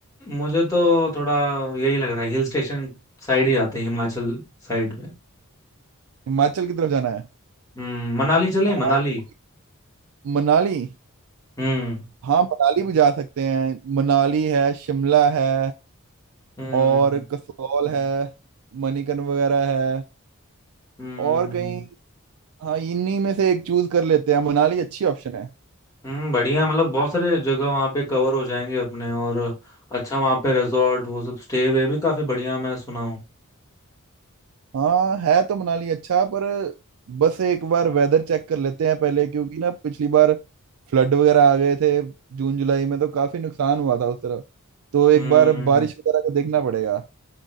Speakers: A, on the left (about 15°); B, on the right (about 70°).
A: मुझे तो थोड़ा यही लग रहा है हिल स्टेशन साइड ही जाते हैं हिमाचल साइड में
B: हिमाचल की तरफ जाना है
A: हम्म मनाली चले
B: हाँ
A: मनाली
B: मनाली
A: हम्म
B: हाँ मनाली भी जा सकते हैं मनाली है शिमला है
A: हम्म
B: और कसौल है मणिकर्ण वगैरह है
A: हम्म
B: और कहीं हाँ इन्हीं में से एक चूज कर लेते हैं मनाली अच्छी ऑप्शन है
A: हम्म बढ़िया मतलब बहुत सारे जगह वहाँ पे कवर हो जाएंगे अपने और अच्छा वहाँ पे रिजॉर्ट वो सब स्टे वे भी काफी बढ़िया मैं सुना हूँ
B: हाँ है तो मनाली अच्छा पर बस एक बार वेदर चेक कर लेते हैं पहले क्योंकि ना पिछली बार फ्लड वगैरह आ गए थे जून जुलाई में तो काफी नुकसान हुआ था उस तरफ तो एक
A: हम्म
B: बार बारिश वगैरह का देखना पड़ेगा